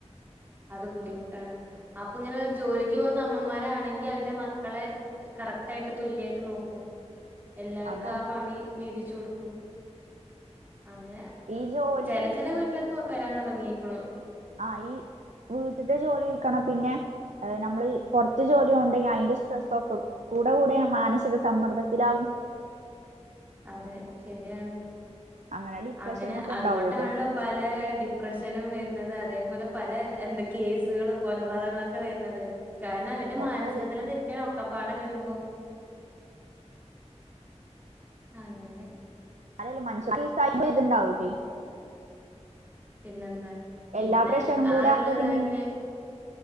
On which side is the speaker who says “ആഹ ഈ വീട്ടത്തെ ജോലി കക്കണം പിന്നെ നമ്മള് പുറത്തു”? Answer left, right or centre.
Right